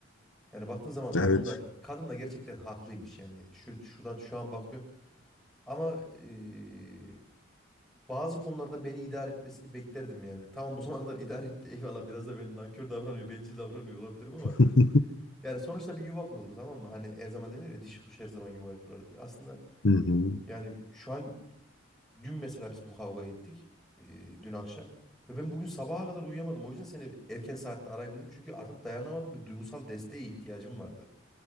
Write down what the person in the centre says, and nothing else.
Yani baktığın zaman kadın
da kadın da gerçekten haklıymış yani şu şuradan şu an bakıyorum. Ama eee, bazı konularda beni idare etmesini beklerdim yani. Tamam bu zamana kadar <laughs> idare etti eyvallah biraz da ben nankör davranıyor, bencil davranıyor olabilirim ama
yani sonuçta bir yuva kuruldu tamam mı? Hani her zaman derler ya dişi kuş her zaman yuvayı kurar diye. Aslında
yani şu an dün mesela biz bu kavga ettik eee, dün akşam ve ben bugün sabaha kadar uyuyamadım. O yüzden seni erken saatte arayayım dedim çünkü artık dayanamadım bir duygusal desteğe ihtiyacım vardı.